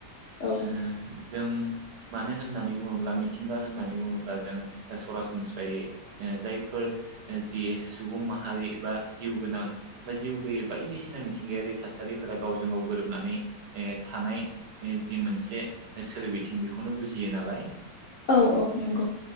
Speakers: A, on the left; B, on the right.
A: औ
B: ओ जों मानो होननानै बुङोब्ला मिथिंगा होननानै बुङोब्ला जों सरासनस्रायै ओ जायफोर जि सुबुं माहारि बा जिउ गोनां बा जिउ गोैयै बायदिसिना मिथिंगायारि थासारिफोरा गावजों गाव गोरोबनानै ओ थानाय जि मोनसे सोरिबिथिं बेखौनो बुजियो नालाय
A: औ औ नंगौ